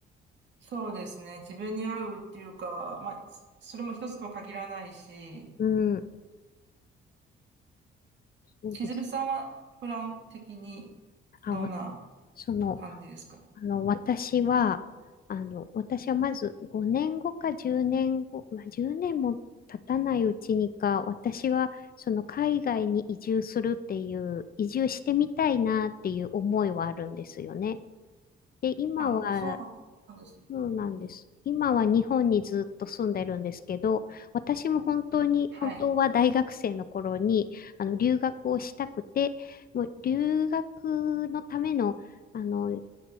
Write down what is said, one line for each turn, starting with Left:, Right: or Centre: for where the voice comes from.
Right: そうですね。自分に合うっていうか、まあ、それも一つとは限らないし、
Left: うん。そうです。
Right: 千鶴さんはプラン的に
Left: あ、
Right: どんな
Left: わその、
Right: 感じですか
Left: あの、私は、あの、私はまず5年後か10年後、まあ、10年も経たないうちにか、私はその海外に移住するっていう、移住してみたいなっていう思いはあるんですよね。で、今は、
Right: あ、そうなんですね。
Left: そうなんです。
Right: お
Left: 今は日本にずっと住んでるんですけど、私も本当に、
Right: はい。
Left: 本当は大学生の頃に、あの、留学をしたくて、もう留学のための、あの、